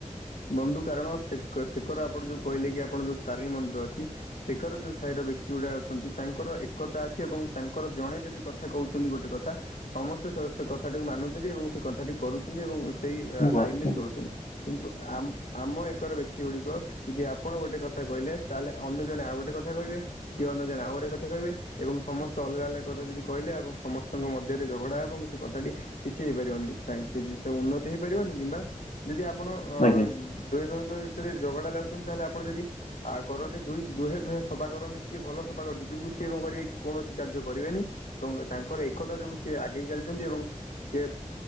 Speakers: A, on the left; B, on the left.
A: ବନ୍ଧୁ କାରଣ ସେ କ ସେ କରେ ଆପଣ ଯୋଉ କହିଲେ କି ଆପଣ ଯୋଉ ତାରିଣୀ ମନ୍ଦିର ଅଛି। ସେକର ଯଉ ସାହିର ବ୍ୟକ୍ତି ଗୁଡ଼ା ଅଛନ୍ତି ତାଙ୍କର ଏକତା ଅଛି ଏବଂ ତାଙ୍କର ଜଣେ ଯଦି କଥା କହୁଛନ୍ତି ଗୋଟେ କଥା। ସମସ୍ତେ ସ ସେ କଥାଟିକୁ ମାନୁଛନ୍ତି ଏବଂ ସେ କଥାଟି କରୁଛନ୍ତି ଏବଂ ସେଇ
B: ମୁଁ
A: ଆ-ଆଇନରେ
B: ବସିନି
A: ଚଳୁଛନ୍ତି। କିନ୍ତୁ ଆମ ଆମ ଏକର ବ୍ୟକ୍ତି ଗୁଡିକ ଯଦି ଆ ଆପଣ ଗୋଟେ କଥା କହିଲେ ତାହେଲେ ଅନ୍ୟ ଜଣେ ଆଉ ଗୋଟେ କଥା କହିବେ ସିଏ ଅନ୍ୟ ଜଣେ ଆଉ ଗୋଟେ କଥା କହିବେ। ଏବଂ ସମସ୍ତେ ଅଲଗା ଅଲଗା କଥା ଯଦି କହିଲେ ଏବଂ ସମସ୍ତଙ୍କ ମଧ୍ୟରେ ଝଗଡା ଏବଂ ସେ କଥାଟି। କିଛି ହେଇପାରିବନି ତାଙ୍କ କିଛି ସେ ଉନ୍ନତି ହେଇପାରିବନି କିମ୍ବା ଯଦି ଆପଣ ଅ
B: ଆଜ୍ଞା
A: ଦୁହେଁ ଦୁହିଁକ ଭିତରେ ଝଗଡ଼ା ଲାଗୁଛନ୍ତି ତାହେଲେ ଆପଣ ଯଦି। ଆ କରନ୍ତେ ଦୁଇ ଦୁହେଁ ଦୁହେଁ ସଫା କରନ୍ତେ କିଏ ଭଲ ସଫା କରୁଛି କିନ୍ତୁ ସିଏ କଣ କରିବେ କି କୌଣସି କାର୍ଯ୍ୟ କରିବେନି। ଏବଂ ତାଙ୍କର ଏକତା ଯୋଗୁଁ। ସିଏ ଆଗେଇ ଚାଲିଛନ୍ତି ଏବଂ ସିଏ